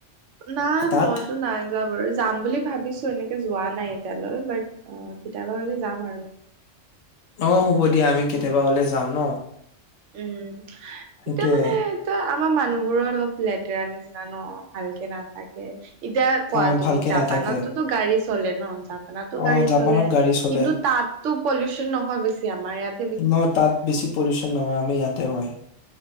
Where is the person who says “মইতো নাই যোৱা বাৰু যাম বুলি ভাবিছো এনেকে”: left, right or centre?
Right